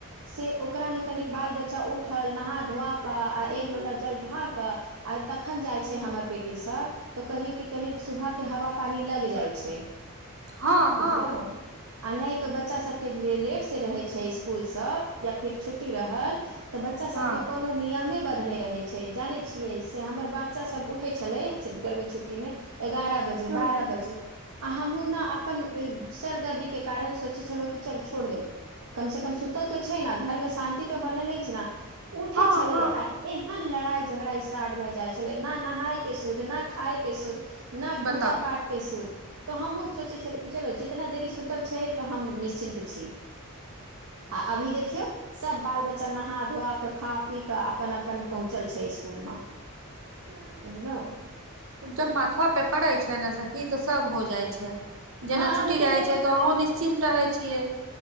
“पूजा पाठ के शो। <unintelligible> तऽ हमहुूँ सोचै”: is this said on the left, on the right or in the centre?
Right